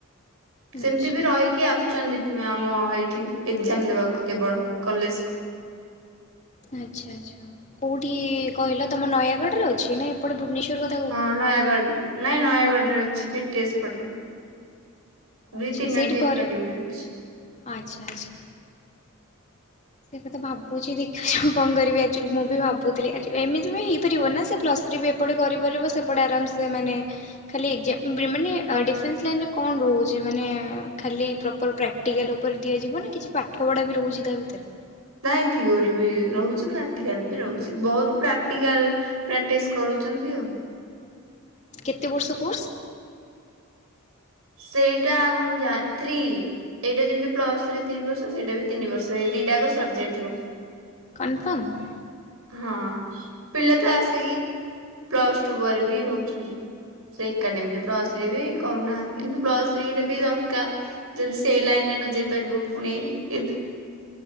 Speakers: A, on the right (about 80°); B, on the left (about 35°).
A: ସେମିତି
B: ଆଚ୍ଛା
A: ବି ରହିକି ଆସ ଛନ୍ତି ଆମ ଏଇଠି ଏଜାମ ଦେବାକୁ କେବଳ କଲେଜକୁ।
B: ଆଚ୍ଛା ଆଚ୍ଛା କୋଉଠି କହିଲ ତମ ନୟାଗଡ ରେ ଅଛି ନା ଏପଟେ ଭୁବନେସ୍ଵର କ
A: ହଁ ନୟାଗଡ଼ ନାଇଁ ନୟାଗଡ ରେ ଅଛି ପିଟିଏଶ୍ ପଟେ ଦୁଇ
B: ଆଚ୍ଛା
A: ତିନୋଟି
B: ସେଇଠି
A: ଏକାଡେମୀ
B: କରେ
A: ଅଛି।
B: ଆଚ୍ଛା ଆଚ୍ଛା। ସେ କଥା ଭାବୁଛି ଦେଖିଛି ମୁଁ କଣ କରିବି ଆ ମୁଁ ବି ଭାବୁଥିଲି ଆ ଏମିତି ବି ହେଇପାରିବ ନା ସେ ପ୍ଲସ୍ ଥ୍ରି ବି ଏପଟେ କରିପାରିବ ସେପଟେ ଆରାମସେ ମାନେ ଖାଲି ଏକ୍ସା ମାନେ ଡିଫେନ୍ସ ଲାଇନ ରେ କଣ ରହୁ ଯେ ମାନେ ଖାଲି ପ୍ରପର ପ୍ରାକ୍ଟିକାଲ ଉପରେ ଦିଆଯିବ ନା କିଛି ପାଠ ପଢା ବି ରହୁଛି ତା ଭିତରେ।
A: ନାଇଁ ଥିଓର ବି ରହୁଛି ପ୍ରାକ୍ଟିକାଲ ବି ରହୁଛି ବହୁତ ପ୍ରାକ୍ଟିକାଲ ପ୍ରାକ୍ଟିସ କରୁଛନ୍ତି ଆଉ।
B: କେତେ ବର୍ଷ କୋର୍ସ?
A: ସେଇଟା ମୁଁ ଜା ଥ୍ରୀ ଏଇଟା ଯେମିତି ପ୍ଲସ ତିନି ବର୍ଷ ସେଇଟା ବି ତିନି ବର୍ଷ ଏଇ ଦିଟା ଆଗ ସରିଯାଇଥିବ।
B: କନଫର୍ମ?
A: ହଁ ପିିଲ ତ ଆସି କି ପ୍ଲସ ଟୁ ପରେ ବି ରହୁଛନ୍ତି ସେ ଏକାଡେମୀରେ ପ୍ଲସ୍ ଥ୍ରୀ ବି କରୁନାହାନ୍ତି। କିନ୍ତୁ ପ୍ଲସ ଥ୍ରୀ ଟା ବି ଦରକାର ଯଦି ସେଇ ଲାଇନ ରେ ନ ଯାଇ ପାରିବ ପୁଣି ଇଥି